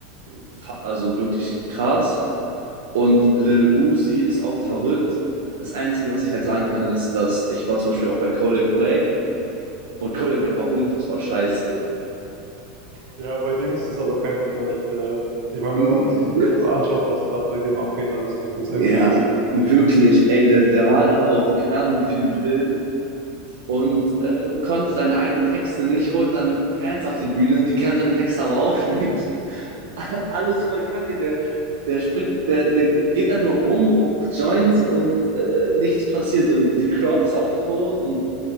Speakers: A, on the right; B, on the right.
A: fa- also wirklich krass und Lil Uzi ist auch verrückt. Das Einzige, was ich halt sagen kann, ist, dass ich war zum Beispiel auch bei Kodak Black und Kodak Black war unfassbar scheiße.
B: Ja, bei dem ist es aber kein Wunder, dass der. Ich meine,
A: Mm,
B: wenn man sich
A: <laughs>
B: anschaut, was gerade bei dem abgeht, alles, das ist irgendwie.
A: Ja, wirklich, ey, der, der war da auf keine Ahnung wie vielen Pillen und äh, konnte seine eigenen Texte nicht, holt dann Fans auf die Bühne, die kennen seine Texte aber auch nicht. <laughs> alles voll kacke. Der, der springt, der, der geht da nur rum, raucht Joints und äh, nichts passiert. Und die Crowd ist auch tot. Und